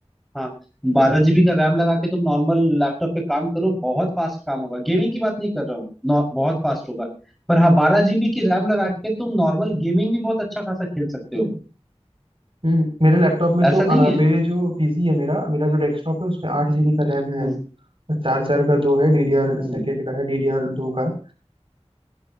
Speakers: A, in the centre; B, on the right (about 50°).
A: हाँ बारह जीबी का रैम लगा के तुम नॉर्मल लैपटॉप पे काम करो बहुत फास्ट काम होगा गेमिंग की बात नहीं कर रहा हूँ नॉ- बहुत फास्ट होगा पर हाँ बारह जीबी की रैम लगा के तुम नॉर्मल गेमिंग भी बहुत अच्छा खासा खेल सकते हो
B: हम्म मेरे लैपटॉप में
A: ऐसा
B: तो अ,
A: नहीं है
B: मेरे जो पीसी है मेरा मेरा जो डेस्कटॉप है उसमें आठ जीबी का रैम है
A: हम्म
B: चार चार का दो है डीडीआर
A: हम्म
B: सेकेंड का है डीडीआर दो का